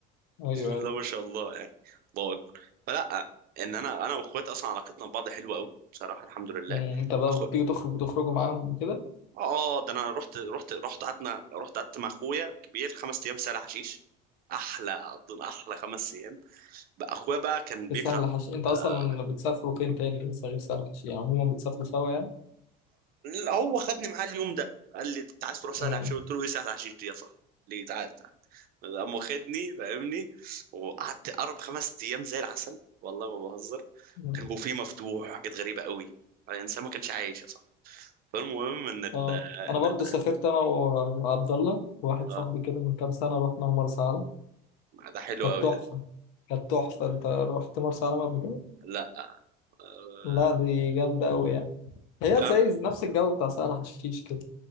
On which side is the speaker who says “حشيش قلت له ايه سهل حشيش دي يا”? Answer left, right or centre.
Right